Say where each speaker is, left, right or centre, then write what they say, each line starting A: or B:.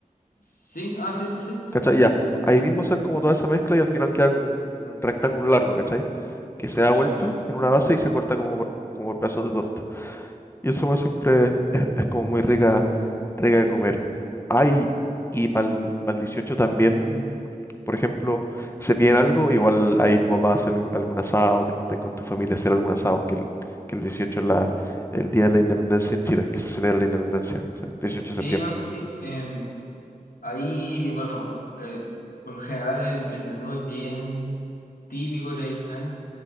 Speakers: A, on the left; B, on the left.
A: Sí, ah, sí, sí, sí, sí.
B: ¿Cachai? Ya. Ahí
A: Ahí,
B: mismo hacer como toda esa mezcla y al final queda como un rectángulo largo, ¿cachai? Que se da
A: ya,
B: vuelta
A: perfecto.
B: en una base y se corta como por, como por pedazos de torta. Y esa hueá siempre es, es- como muy rica, rica de comer. Hay, y para el 18 también, por ejemplo, se piden algo, igual ahí tu papá hace algu- algún asado, te juntas con tu familia a hacer algún asado, que el, que el
A: Sí,
B: 18 es la, el día de la independencia en Chile, que se celebra la independencia, sí,
A: sí,
B: 18
A: sí,
B: de septiembre.
A: no, sí. Em, ahí, bueno, eh, por lo general el, el menú es bien típico, tradicional